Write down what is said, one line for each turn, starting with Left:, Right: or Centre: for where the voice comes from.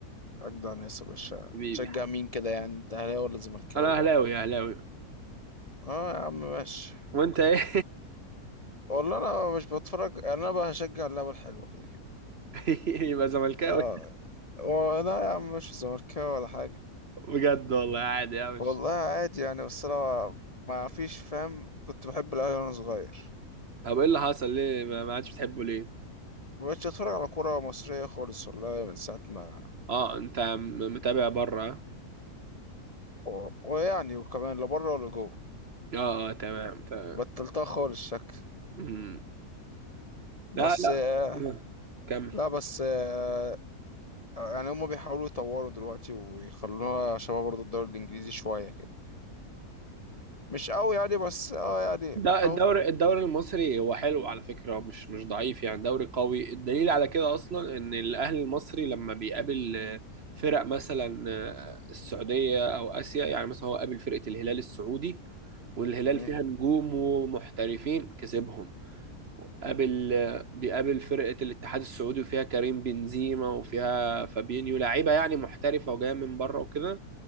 Left: أجدع ناس يا باشا
Right: حبيبي
Left: تشجع مين كده يعني أنت أهلاوي ولا زملكاوي
Right: انا
Left: بقى؟
Right: اهلاوي اهلاوي
Left: أه يا عم ماشي
Right: وانت
Left: كنت
Right: ايه
Left: والله أنا مش بتفرج يعني أنا بقى هشجع اللعبة الحلوة كده كده
Right: <laughs> يبقى زملكاوي
Left: أه هو لا يا عم مش زملكاوي ولا حاجة
Right: بجد والله عادي يا مش
Left: والله عادي يعني بس أنا ما فيش فاهم كنت بحب الأهلي وأنا صغير
Right: طب ايه اللي حصل ليه ما ما عادش بتحبه ليه
Left: مبقتش أتفرج على كورة مصرية خالص والله من ساعة ما
Right: اه انت م- متابع بره
Left: و- ويعني وكمان لا بره ولا جوه
Right: اه اه تمام تمام
Left: بطلتها خالص شكل
Right: مم.
Left: بس
Right: لا لا
Left: آه،
Right: آه، كمل
Left: لا بس آه، آه، يعني هما بيحاولوا يطوروا دلوقتي ويخلوها شبه برضه الدوري الانجليزي شويه كده مش قوي يعني بس اه يعني
Right: ده
Left: اهو
Right: الدوري الدوري المصري هو حلو على فكرة مش مش ضعيف يعني دوري قوي الدليل على كده أصلا إن الأهلي المصري لما بيقابل آه، فرق مثلا آه، السعودية أو آسيا يعني مثلا هو قابل فرقة الهلال السعودي والهلال
Left: مم.
Right: فيها نجوم ومحترفين كسبهم قابل آه، بيقابل فرقة الاتحاد السعودي وفيها كريم بنزيما وفيها فابينيو لعيبة يعني محترفة وجاية من بره وكده